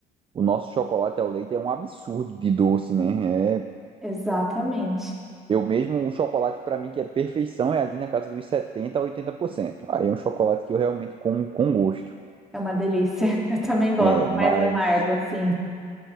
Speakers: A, on the right (about 30°); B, in the centre.
A: o nosso chocolate ao leite é um absurdo de doce, né? É,
B: Exatamente.
A: eu mesmo, o chocolate pra mim que é perfeição é ali na casa dos 70 a oitenta por cento Aí é um chocolate que eu realmente como com gosto.
B: É uma delícia. <laughs> Eu também gosto,
A: É, mas
B: mais amargo, assim.